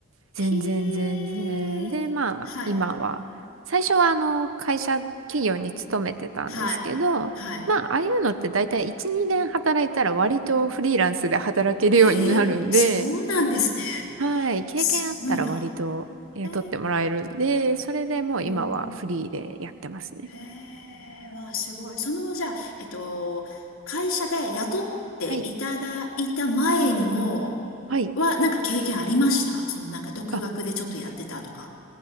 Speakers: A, on the right; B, on the left.
A: 全然全然。
B: へー。
A: で、まあ、
B: はい。
A: 今は、最初はあの、会社、企業に勤めてたんですけど、
B: はい。は
A: まあ、ああいうのって大体1、2年働いたら割とフリーランスで働けるようになるんで、
B: い。えー、そうなんですね。
A: <laughs> はい、経験あったら割と雇ってもらえるんで、
B: すごいな。へー。
A: それでもう今はフリーでやってますね。
B: ほうほうほうへえ、わあ、すごい。その、じゃあ、えっと、会社で雇っていただいた前にも、
A: はい。はい。
B: は、なんか経験ありましたその、なんか独学でちょっとやってたとか。
A: あ